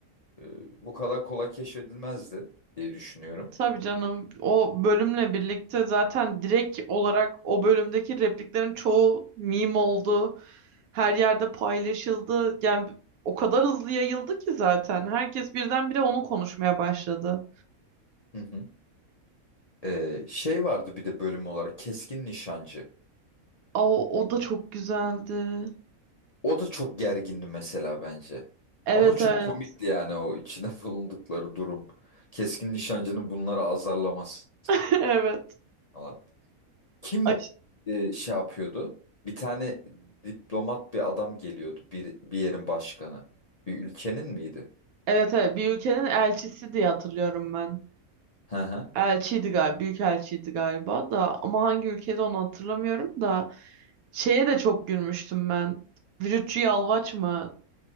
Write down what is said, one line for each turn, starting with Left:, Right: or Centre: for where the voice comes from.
Left: e, bu kadar kolay keşfedilmezdi diye düşünüyorum.
Right: Tabii canım. O bölümle birlikte zaten direkt olarak o bölümdeki repliklerin çoğu meme oldu. Her yerde paylaşıldı. Yani o kadar hızlı yayıldı ki zaten. Herkes birdenbire onu konuşmaya başladı.
Left: Hı hı. Ee, şey vardı bir de bölüm olarak Keskin Nişancı.
Right: Aa, o da çok güzeldi.
Left: O da çok gergindi mesela bence.
Right: Evet
Left: Ama çok
Right: evet.
Left: komikti yani o içine <laughs> bulundukları durum. Keskin Nişancı'nın bunları azarlaması
Right: <laughs> Evet.
Left: falan. Kim
Right: Ay,
Left: e, şey yapıyordu? Bir tane diplomat bir adam geliyordu. Bir, bir yerin başkanı. Bir ülkenin miydi?
Right: Evet evet bir ülkenin elçisi diye hatırlıyorum ben.
Left: Hı hı.
Right: Elçiydi galiba, büyük elçiydi galiba da ama hangi ülkede onu hatırlamıyorum da şeye de çok gülmüştüm ben. Vücutçu Yalvaç mı?